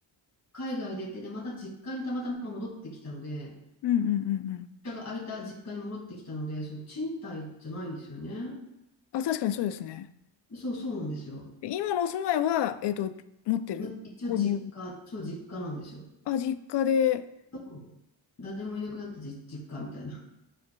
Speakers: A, on the left; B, on the left.
A: 海外でって、で、また実家にたまたま戻ってきたので、
B: うんうんうんうん。
A: 実家が空いた実家に戻ってきたので、その賃貸じゃないんですよね。
B: あ、確かにそうですね。
A: そうそうなんですよ。
B: で、今のお住まいは、えっと、持ってる。
A: まあ、一応実家、
B: 購入。
A: そう実家なんですよ。
B: あ、実家で。
A: そう誰もいなくなった実実家みたいな。